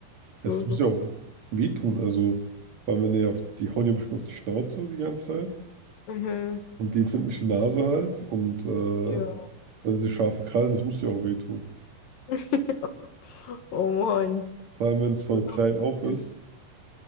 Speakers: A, on the left; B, on the right.
A: So
B: Das
A: ist
B: muss
A: es.
B: ja auch wehtun. Also, weil wenn die, auf, die hauen ja bestimmt auf die Schnauze die ganze Zeit.
A: Mhm.
B: Und die empfindliche Nase halt. Und äh,
A: Ja.
B: dann diese scharfe Krallen, das muss ja auch wehtun.
A: <laughs> Oh Mann.
B: Vor allem, wenn es von
A: So
B: klein auf
A: viel.
B: ist,